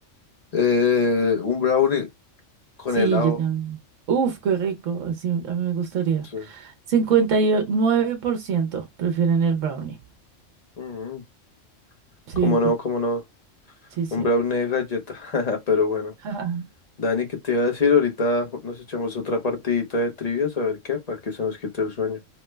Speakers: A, on the left; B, on the right.
A: Eh, un brownie con
B: Sí,
A: helado.
B: yo también. Uf, qué rico. Sí, a mí me gustaría.
A: Sí.
B: cincuenta y nueve por ciento prefieren el brownie.
A: Mm,
B: Sí,
A: ¿Cómo no?
B: rico.
A: ¿Cómo no?
B: Sí, sí.
A: Un brownie de galleta. <laughs> Pero bueno.
B: <laughs>
A: Dani, ¿qué te iba a decir? Ahorita nos echamos otra partidita de trivias, a ver qué, para que se nos quite el sueño.